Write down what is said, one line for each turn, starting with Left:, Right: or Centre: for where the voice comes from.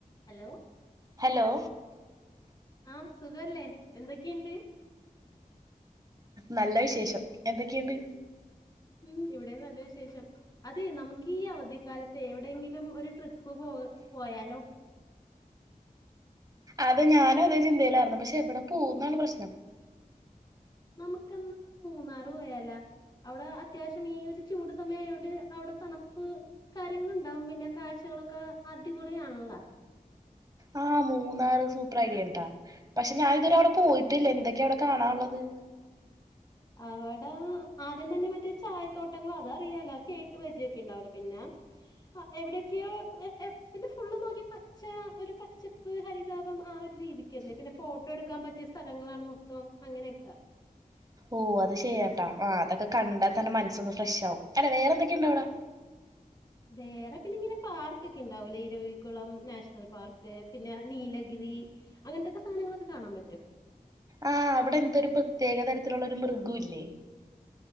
Left: Hello
Right: hello
Left: ആഹ് സുഖവല്ലേ എന്തൊക്കെയുണ്ട്
Right: നല്ല വിശേഷം എന്തൊക്കെയുണ്ട്
Left: ഉം ഇവിടെ നല്ല വിശേഷം അതേ നമുക്ക് ഈ അവധിക്കാലത്ത് എവിടെയെങ്കിലും ഒരു ട്രിപ്പ് പോക പോയാലോ
Right: അത് ഞാനും അതേ ചിന്തയിലർന്നു. പക്ഷെ എവിടെ പോവുന്നാണ് പ്രശ്നം.
Left: നമുക്കെന്നാ മൂന്നാറ് പോയാലാ? അവിടെ അത്യാവശ്യം ഈ ഒരു ചൂട് സമയം ആയോണ്ട് അവിടെ തണുപ്പ് കാര്യങ്ങളുണ്ടാവും പിന്നെ കാഴ്ച കളൊക്കെ അടിപൊളിയാണല്ലാ.
Right: ആഹ് മൂന്നാറ് സൂപ്പർ ഐഡിയാട്ടാ. പക്ഷെ ഞാൻ ഇതുവരെ അവിടെ പോയി ട്ടില്ല. എന്തൊക്കെയാ അവിടെ കാണാനുള്ളത്.
Left: അവടെ ആദ്യം തന്നെ മ റ്റേ ചായത്തോട്ടങ്ങൾ അതറിയാലോ കേട്ട് പരിചിയൊക്കെ ഉണ്ടാവൂലേ പിന്നെ എവിടെക്കെയോ പിന്നെ ഫുള്ള് നോക്കി പച്ച ഒരു പച്ചപ്പ് ഹരിതാപം ആ ഒരു രീതിക്കല്ലേ പിന്നെ ഫോട്ടോ എടുക്കാം പറ്റിയ സ്ഥലങ്ങളാണ് മൊത്തം അങ്ങനെക്ക.
Right: ഓഹ് അത് ശരിയാട്ടാ. ആഹ് അതൊക്കെ കണ്ടാ തന്നെ മനസ്സൊന്ന് ഫ്രഷ് ആവും. അല്ല വേറെന്തൊക്കെയുണ്ട വടെ.
Left: വേറെ പിന്നെ ഇങ്ങനെ പാർക്കക്കെ ഉണ്ടാവൂല്ലേ ഇരവികുളം നാഷണൽ പാർക്ക് പിന്നെ നീലഗി- രി അങ്ങൻത്തെക്കെ സാധനങ്ങളക്കെ കാണാൻ പറ്റും
Right: ആഹ് അവിടെ എന്തൊരു പ്രത്യേക തരത്തിലൊള്ള ഒരു മൃഗവില്ലേ